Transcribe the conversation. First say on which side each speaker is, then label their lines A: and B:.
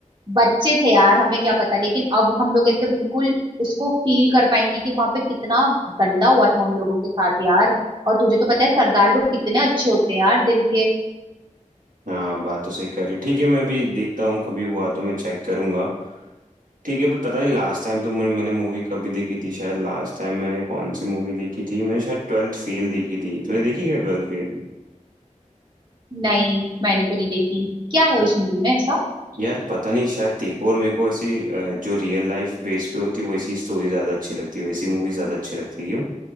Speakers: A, on the right; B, on the right.
A: बच्चे थे यार हमें क्या पता लेकिन अब हम लोग ऐसे बिल्कुल उसको फील कर पाएंगे कि वहां पे कितना गंदा हुआ था उन लोगों के साथ यार और तुझे तो पता है सरदार लोग कितने अच्छे होते हैं यार दिल के
B: हाँ बात तो सही कर रही ठीक है मैं अभी देखता हूँ कभी हुआ तो मैं चेक करूंगा ठीक है अभी पता नहीं लास्ट टाइम तो मैंने मैंने मूवी कभी देखी थी शायद लास्ट टाइम मैंने कौन सी मूवी देखी थी मैंने शायद ट्वेल्थ फेल देखी थी तूने देखी क्या ट्वेल्थ फेल
A: नहीं मैंने तो नहीं देखी क्या है
B: य-
A: उस मूवी में ऐसा
B: यार पता नहीं शायद तेरे को और मेरे को ऐसी अ, जो रियल लाइफ बेस पे होती है वैसी स्टोरी ज्यादा अच्छी लगती है वैसी मूवी ज्यादा अच्छी लगती है क्यों